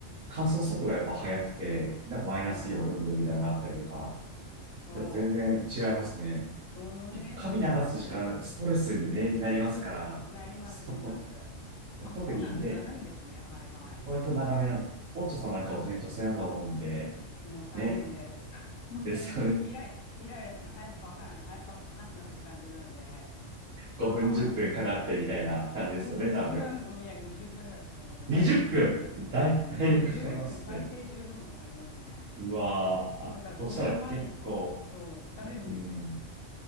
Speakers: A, on the right (about 80°); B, on the left (about 80°).
A: 乾燥速度がやっぱ速くて、なんかマイナスイオン云々みたいなのがあったりとか、
B: そう。そう。
A: やっぱ全然違いますね。
B: そのね、
A: 結構髪流す時間、
B: その速度で、
A: ストレスに、
B: うんうん、
A: ね、なりますから、
B: <laughs> そう、なります、
A: そ
B: なります。
A: う、
B: あ、
A: 特にね、
B: そうなんだ、長いんですね。はいはい。
A: 割と長めな、オットさんなんかをね、女性だと思うんで、
B: もう大変です。
A: ね、
B: <laughs> 本当にもうイ、
A: ですよね。
B: イライ、イライラして、早く乾かないの、早く乾かないのって感じなので、
A: 5分、
B: ま
A: 10分かかってみたいな感じですよね、
B: あ、5分、
A: 多分。
B: そんな、うんいや、20分ぐらいかかりますね、
A: 20分だい、
B: 本当に。2分、
A: だいぶかかりますね。
B: 10、15分、最低15分かかりますね。
A: うわーあ、
B: だからこれを前に、
A: そしたら結構、
B: そ、そう、疲れるんですよ。
A: うん。